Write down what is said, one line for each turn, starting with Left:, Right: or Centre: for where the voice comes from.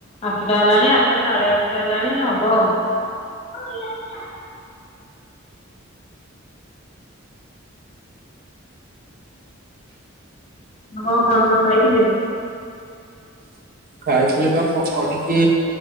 Left: ଆଠଟା ହେଲାଣି ଆଠଟା ସାଢେ ଆଠଟା ହେଲାଣି ହବ ଆଉ। <unintelligible> ନବ ଖନ ଖାଇଥିଲେ?
Right: ଖାଇଥିଲି ପା ଫଣ କରିକି